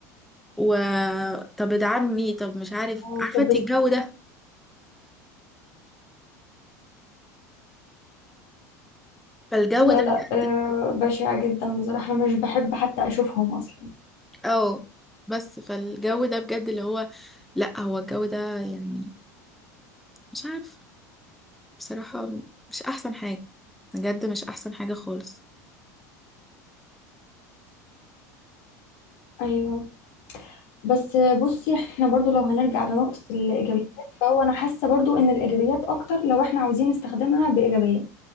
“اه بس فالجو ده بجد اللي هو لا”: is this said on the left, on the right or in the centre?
Centre